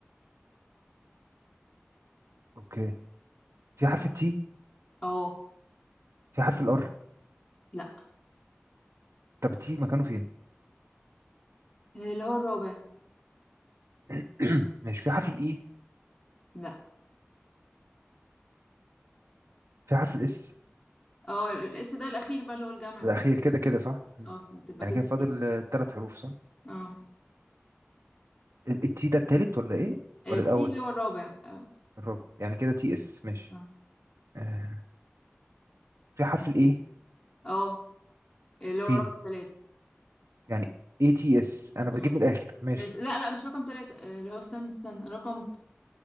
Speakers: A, on the right; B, on the left.
A: أوكي في حرف التي
B: اه
A: في حرف الآر
B: لا
A: طب التي مكانه فين
B: اللي هو الرابع
A: <clears throat> ماشي في حرف الإي
B: لا
A: في حرف الإس
B: اه لسه ده الاخير بقى اللي هو الجامع بتاعي
A: الأخير كده كده صح مم.
B: اه بتبقى
A: يعني
B: كده
A: كده فاضل ثلاث حروف صح
B: اه
A: ال- التي ده التالت ولا إيه
B: آه،
A: ولا
B: تي
A: الأول
B: اللي هو الرابع اه
A: الرابع يعني كده تي إس ماشي
B: اه
A: أه في حرف الإيه
B: آه، اللي هو
A: فين
B: رقم ثلاثة
A: يعني اي تي اس انا
B: اه
A: بجيب من الاخر ماشي
B: بس- لا لا مش رقم ثلاثة اللي هو استنى استنى رقم